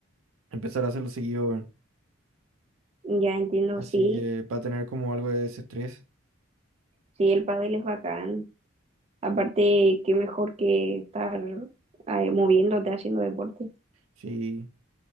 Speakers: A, on the right; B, on the right.
A: empezar a hacerlo seguido, weón.
B: Ya entiendo,
A: Así
B: sí,
A: que para tener como algo de desestrés.
B: sí, el pádel es bacán. Aparte, qué mejor que estar eh, moviéndote, haciendo deporte.
A: Sí.